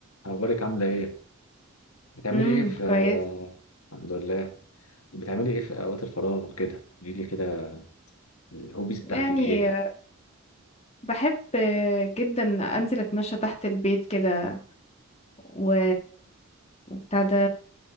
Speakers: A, on the left (about 75°); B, on the left (about 30°).
A: أخبارك عاملة إيه؟ بتعملي
B: امم
A: إيه في
B: كويس
A: الحمد لله بتعملي إيه في أوقات الفراغ وكده؟ قوليلي كده الهوبيز بتاعتك
B: يعني
A: إيه؟
B: بحب جدا انزل اتمشى تحت البيت كده و وبتاع ده